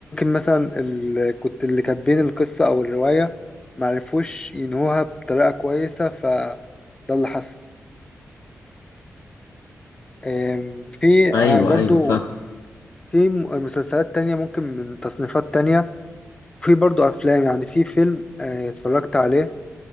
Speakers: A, on the left; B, on the left.
A: مثلا ال... كنت اللي كاتبين القصة أو الرواية معرفوش ينهوها بطريقة كويسة فده اللي حصل آم، في آه،
B: ايوه
A: برضو
B: ايوه فاهم
A: في م- مسلسلات تانية ممكن من تصنيفات تانية في برضو أفلام يعني في فيلم آه، اتفرجت عليه